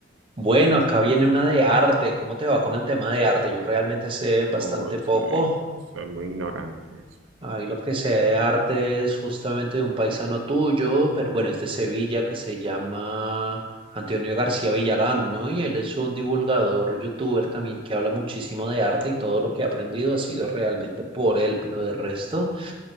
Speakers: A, on the right; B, on the right.
A: Bueno, acá viene una de arte. ¿Cómo te va con el tema de arte? Yo realmente sé bastante
B: o
A: poco.
B: soy, soy muy ignorante.
A: Ahí lo que sé de arte es justamente de un paisano tuyo, pero bueno, es de Sevilla, que se llama Antonio García Villarán, ¿no? Y él es un divulgador, youtuber también que habla muchísimo de arte y todo lo que he aprendido ha sido realmente por él, pero de resto,